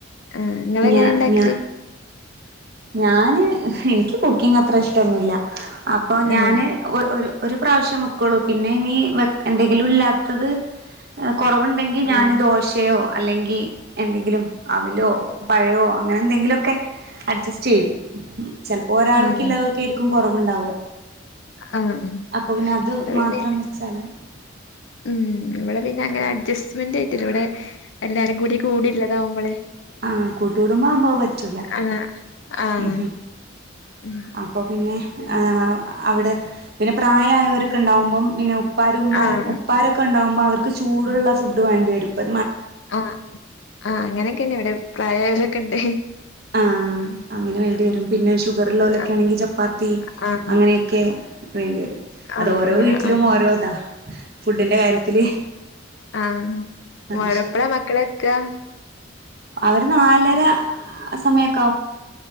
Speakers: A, on the left; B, on the right.
A: ആഹ് നിങ്ങളെങ്ങനെ
B: ഞ
A: ഉണ്ടാക്കല്
B: ഞ ഞാന് എനിക്ക് കുക്കിംങ് അത്ര ഇഷ്ടമൊന്നുമില്ല. അപ്പൊ ഞാന്
A: ഏഹ്
B: ഒ ഒരു ഒരു പ്രാവശ്യം വെക്കുള്ളൂ പിന്നെ ഇനി വെ എന്തെങ്കിലും ഇല്ലാത്തത് ഏഹ് കുറവുണ്ടെങ്കിൽ ഞാൻ
A: ആഹ്
B: ദോശയോ, അല്ലെങ്കിൽ എന്തെങ്കിലും അവിലോ, പഴവോ അങ്ങനെ എന്തെങ്കിലും ഒക്കെ അഡ്ജസ്റ്റ് ചെയ്യും ചിലപ്പോൾ ഒരാൾക്കില്ലാതൊക്കെയിരിക്കും
A: ആഹ്
B: കുറവുണ്ടാവുക.
A: ആഹ് ആഹ്
B: അപ്പൊ പിന്നെ അത്
A: ഇവിടെ
B: മാത്രം
A: പിന്നെ
B: വെച്ചാല്
A: ഉം ഇവിടെ പിന്നെ അങ്ങനെ അഡ്ജസ്റ്റ്മെന്റ് ആയിട്ടില്ല ഇവിടെ എല്ലാരും കൂടി കൂടില്ല ഇതാവുമ്പളെ
B: ആ കൂട്ടുകൂടുംബം ആവുമ്പോ അത് പറ്റൂല
A: ആഹ് ആഹ്
B: ഉ
A: ഉം
B: അപ്പൊ പിന്നെ
A: ഉം
B: ആ അവിടെ പിന്നെ പ്രായവായവരൊക്കെ ഉണ്ടാവുമ്പോം പിന്നെ ഉപ്പാരും ഉമ്മാരും
A: ആഹ്
B: ഉപ്പാരൊക്കെ ഉണ്ടാവുമ്പോൾ അവർക്ക് ചൂടുള്ള ഫുഡ് വേണ്ടിവരും പ്പ
A: ആ ആ അങ്ങനെ ന്നെ ഇവിടെ പ്രായംആയൊരൊക്കെ ഉണ്ട്
B: ആ
A: ഉം
B: അങ്ങനെ വേണ്ടിവരും
A: ഉം
B: പിന്നെ ഷുഗർ ലെരൊക്കെ
A: ആഹ്
B: ആണെങ്കിൽ ചപ്പാത്തി
A: ആഹ്
B: അങ്ങനെയൊക്കെ വേണ്ടിവരും
A: ആഹ്
B: അത് ഓരോ
A: അങ്ങനെ
B: വീട്ടിലും
A: ആഹ്
B: ഓരോ ഇതാ ഫുഡിന്റെ കാര്യത്തില്
A: ആ
B: ആഹ്
A: വടപ്പള
B: ശരി
A: മക്കളെത്താ
B: അവര് നാലര സമയം